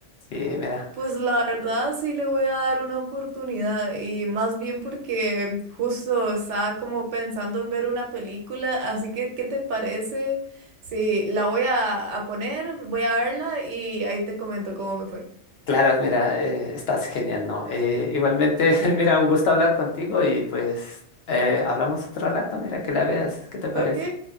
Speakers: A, on the left; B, on the right.
A: Sí, mira.
B: Pues la verdad sí le voy a dar una oportunidad y más bien porque justo estaba como pensando en ver una película, así que ¿qué te parece? Sí, la voy a, a poner, voy a verla y ahí te comento cómo me fue.
A: Claro, mira, eh, estás genial, ¿no? Eh, igualmente, <laughs>
B: Sí.
A: mira, un gusto hablar contigo y pues eh, hablamos otro rato, mira, que la veas, ¿qué te parece?
B: Ok,